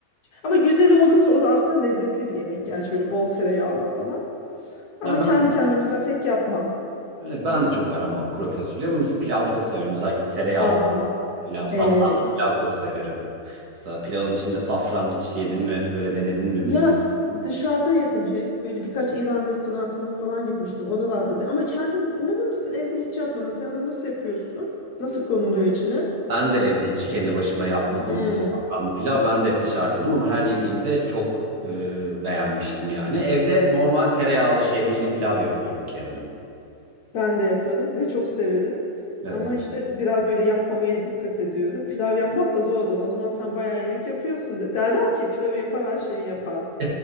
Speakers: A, on the left; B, on the right.
A: Ama güzeli olursa o da aslında lezzetli bir yemek. Gerçi böyle bol tereyağlı falan. Ama
B: Ya ben
A: kendi kendime mesela pek yapmam.
B: Evet, Ben de çok aramam kuru fasulye ama biz pilav çok severim. Özellikle tereyağlı
A: Aa,
B: pilav, safranlı
A: evet.
B: pilav çok severim. Mesela pilavın içinde safran hiç yedin mi, öyle denedin mi
A: Ya
B: bilmiyorum.
A: s- dışarıda yedim hep. Böyle birkaç İran restoranına falan gitmiştim. Oralarda da. Ama kendim inanır mısın evde hiç yapmadım. Sen onu nasıl yapıyorsun? Nasıl konuluyor içine?
B: Ben de evde hiç kendi başıma yapmadım
A: Hmm,
B: safranlı pilav. Ben de hep dışarıdaydım ama her yediğimde çok e, beğenmiştim yani. Evde normal tereyağlı şehriyeli pilav yapıyorum kendim.
A: ben de yaparım ve çok severim.
B: Evet.
A: Ama işte biraz böyle yapmamaya dikkat ediyorum. Pilav yapmak da zordur. O zaman sen bayağı yemek yapıyorsun. De. Derler ki pilavı yapan her şeyi yapar.
B: <laughs>